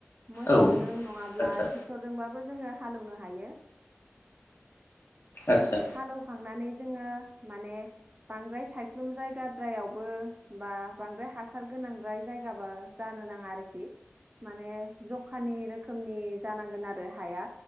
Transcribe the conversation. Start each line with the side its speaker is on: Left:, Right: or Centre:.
Right: मोसौजों
Left: औ
Right: नङाब्ला
Left: आदसा
Right: ट्रेक्टरजोंबा जोंओ हालोवनो हायो
Left: आदसा
Right: हालौ थांनानै जोङो माने बांद्राय सायख्लुम जायगाद्रायावबो बा बांद्राय हासार गोनांद्राय जायगाबा जानो नाङा आरोखि माने जखानि रोखोमनि जानांगोन आरो हाया